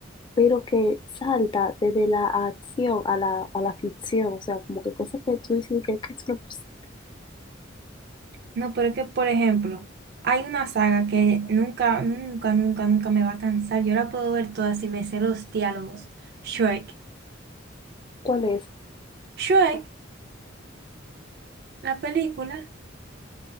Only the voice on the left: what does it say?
pero que salta desde la acción a la, a la ficción, o sea, como que cosas que tú dices que, que es una posible.
¿Cuál es?